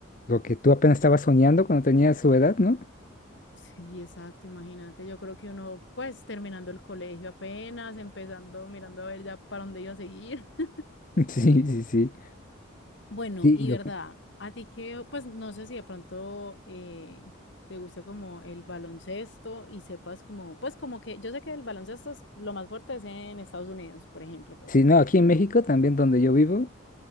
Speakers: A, on the left; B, on the left.
A: lo que tú apenas estabas soñando cuando tenías su edad, ¿no?
B: Sí, exacto, imagínate. Yo creo que uno, pues, terminando el colegio apenas, empezando, mirando a ver ya para dónde iba a seguir. <laughs>
A: <laughs> Sí, sí, sí.
B: Bueno,
A: Sí,
B: y
A: y lo
B: verdad,
A: que-
B: a ti que, pues, no sé si de pronto eh, te gusta como el baloncesto y sepas como, pues, como que, yo sé que el baloncesto es lo más fuerte es en Estados Unidos, por ejemplo, pues,
A: sí, no, aquí en México, también donde yo vivo,